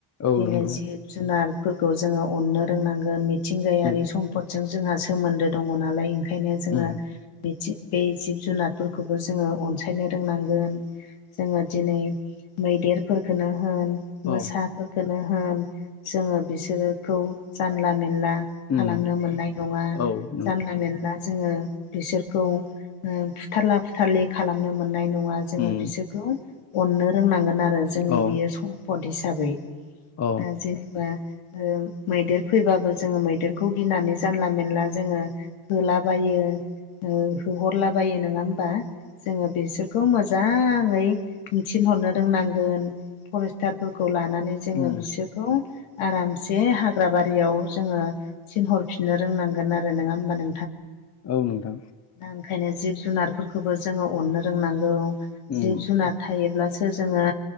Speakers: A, on the left (about 30°); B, on the left (about 80°).
A: औ
B: दिनै
A: नंगौ
B: जिब जुनारफोरखौ जोंङो अननो रोंनांगोन मिथिंगायारि
A: उम
B: सम्फदजों जोंहा सोमोन्दो दंङो नालाय ओंखायनो जोंङो
A: उम
B: मिथिं बे जिब जुनारफोरखौबो जोंङो अनसायनो रोंनांगोन जोंङो दिनै मैदेरफोरफोरखौनो होन
A: अ
B: मोसाफोरखौनो होन जोंङो बिसोरोखौ जानला मेनला
A: उम
B: खालामनो मोननाय नंङा
A: औ नों
B: जानला मोनेनला जोंङो बिसोरखौ फुथारला फुथारलि खालामनो मोननाय नंङा जोंङो
A: उम
B: बिसोरखौ अननो रोंनांगोन आरो जोंनि
A: अ
B: बेयो सम्पद हिसाबै
A: अ
B: दा जेनेबा मैदेर फैबाबो जोंङो मैदेरखौ गिनानै जानला मेनला जोंङो होलाबायो होहरलाबायो नोनो खालाम होमबा जोंङो बिसोरखौ मोजांङै थिनहरनो रोंनांगोन फरेस्टारफोरखौ लानानै जोंङो
A: उम
B: बिसोरखौ आरामसे हाग्रा बारियाव जोंङो थिनहरफिननो रोंनांगोन आरो नंङा होमबानो
A: औ नोंथां
B: दा ओंखायनो जिब जुनारफोरखौबो जोंङो अननो रोंनांगौ
A: उम
B: जिब जुनार थायोब्लासो जोंङो